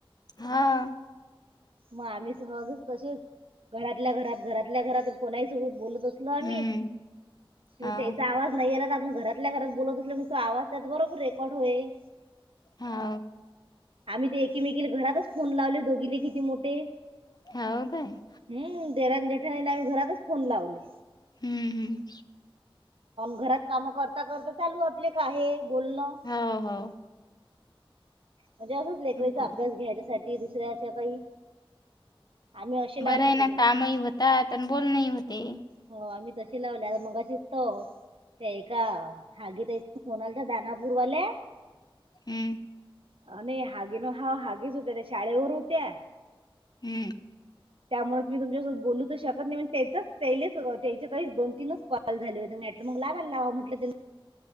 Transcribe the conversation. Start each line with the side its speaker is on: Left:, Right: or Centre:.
Left: हां.
Right: मग आम्ही सहजच तसेच, घरातल्या घरात घरातल्या घरात कोणाही सोबत बोलत अस बरं
Left: हं.
Right: मी मग
Left: हाव.
Right: त्याचा आवाज नाही येईला, तर मग आपण घरात. आपल्या घरात बोलत असलं मग, तो आवाज त्यात बरोबर रेकॉर्ड होईल.
Left: हा.
Right: आम्ही तर एकीमेकीला घरातच फोन लावले, दोघीले किती मोठे.
Left: हाव काय?
Right: हम्म, देवरान जठाणीला, आम्ही घरातच फोन लावले.
Left: हम्म हम्.
Right: घरात कामं करता करता चालू, आपले काहे बोलणं.
Left: हो, हो.
Right: म्हणजे असंच, लेकराईचा
Left: बरं.
Right: अभ्यास घ्यायच्यासाठी दुसऱ्या अशा काही. आम्ही असे लावले
Left: बरेन
Right: दोघी.
Left: ना, कामही होतात आणि बोलण ही होते.
Right: हो, आम्ही तशी लावली आ, मगशीतो ते एका का हागी ताई फोन आलता दानापूरवाल्या.
Left: हम्म.
Right: आणि हागिनो हाते हागीच होत्या, त्या शाळेवर होत्या.
Left: हम्म.
Right: त्यामुळेचतर मी तुमच्यासोबत बोलू तर, शकत नाही मग त्याचं. तेयीचे काही दोन तीनच कॉल झाले होते, मग लावायला लावा म्हटलं.